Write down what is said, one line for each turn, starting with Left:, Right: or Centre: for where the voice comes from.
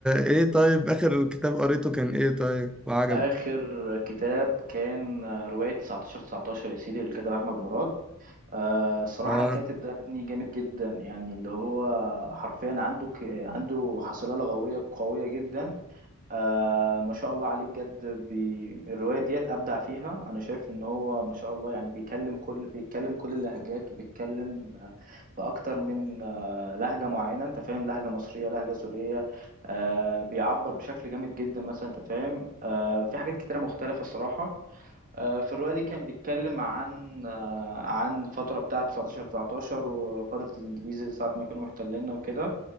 Centre: ايه طيب اخر كتاب قريته كان ايه طيب وعجبك
Right: اخر كتاب كان رواية 19 19 يا سيدي للكاتب احمد مراد آه صراحة
Centre: اه
Right: الكاتب ده ابني جامد جدا يعني اللي هو حرفيا عنده ك... عنده حصيلة لغوية قوية جدا آه ما شاء الله عليه بجد بي... الرواية ديت أبدع فيها أنا شايف إن هو ما شاء الله يعني بيكلم كل بيتكلم كل اللهجات وبيتكلم آه، بأكتر من آه لهجة معينة أنت فاهم لهجة مصرية لهجة سورية آه بيعبر بشكل جامد جدا مثلا أنت فاهم آه في حاجات كتيرة مختلفة الصراحة آه، في الرواية دي كان بيتكلم عن آه، عن الفترة بتاعة 19 19 وفترة الإنجليز ساعة ما كانوا محتليننا وكده